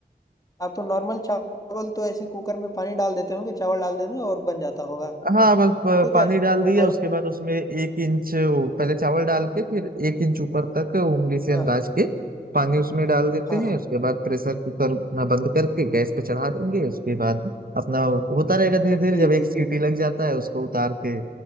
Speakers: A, on the left; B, on the right.
A: आप तो नॉर्मल चावल तो ऐसे कुकर में पानी डाल देते होंगे चावल डाल देंगे और बन जाता होगा
B: हाँ बस प-
A: ठीक
B: पानी
A: है
B: डाल दिया
A: और
B: उसके बाद उसमें एक इंच वो पहले चावल डाल के फिर एक इंच ऊपर तक उंगली से
A: हाँ
B: अंदाज के पानी उसमें डाल देते
A: हाँ
B: हैं
A: हाँ
B: उसके बाद प्रेशर कुकर ना बंद करके गैस पे चढ़ा देंगे उसके बाद अपना होता रहेगा धीरे धीरे
A: जी
B: जब एक
A: जी
B: सीटी लग जाता है उसको उतार के